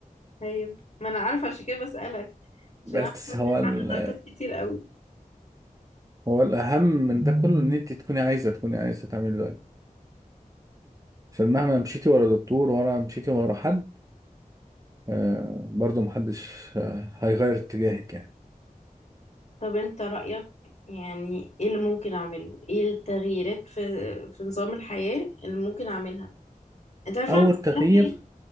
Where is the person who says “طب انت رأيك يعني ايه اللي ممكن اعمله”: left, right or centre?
Left